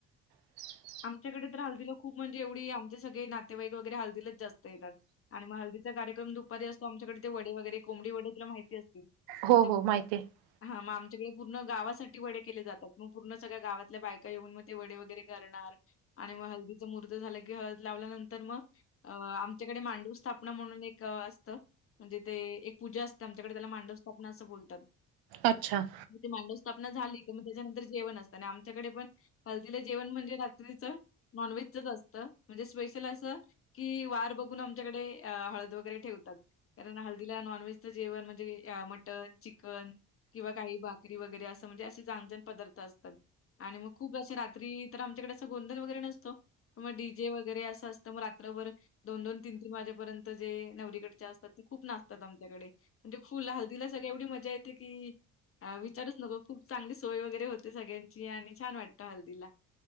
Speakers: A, on the right; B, on the left.
A: ह <inaudible>
B: आमच्याकडे तर हाळदी ला खूप म्हणजे एवढी आमचे सगळे नातेवाईक वगैरे हळदीलाच जास्त येतात. आणि हल्दीचा कार्यक्रम दुपारी असतो आमच्याकडे ते वडे वगैरे कोंबडी वडे तुला माहिती असते.
A: हो
B: मदम
A: हो माहिती
B: त
A: आहे
B: हा मग आमच्याकडे पूर्ण गावासाठी वडे केले जातात मग पूर्ण सगळ्या गावातल्या बायका येऊन मग ते वडे वगैरे करण आणि मग हळदीच मूर्त झालं की हळद लावल्यानंतर मग अ आमच्याकडे मांडू स्थापना म्हणून एक असतं. म्हणजे ते एक पूजा असते आमच्याकडे त्याला मांडव स्थापना असं बोलतात.
A: अच्छा
B: मांडव स्थापना झाली क मग त्याच्यानंतर जेव असतात आणि आमच्याकडे पण हलदीले जेवण म्हणजे नॉनव्हेज च असत म्हणजे स्पेशल असं कि वार बघून आमच्याकडे हळद वगैरे ठेवतात. कारण हळदी ला नॉनव्हेजच जेवण म्हणजे मटन चिकन किंवा काही भाकरी वगैरे असं म्हणजे असे छान छान पदार्थ असतात. आणि मग खूप जं रात्री तर आमच्याकडे असं गोंधल वगैरे नसतो. मग डी जे वगैरे असं असतं मग रात्रभर दोन दोन तीन तीन वाजेपर्यंत जे नवरीकडच्या असतात ते खूप नाचतात आमच्याकडे म्हणजे फुल हळदीला सगळ्या एवढी मजा येते की विचारूच नको खूप चांगली सोय वगैरे होते सगळ्यांची आणि छान वाटतं हळदीला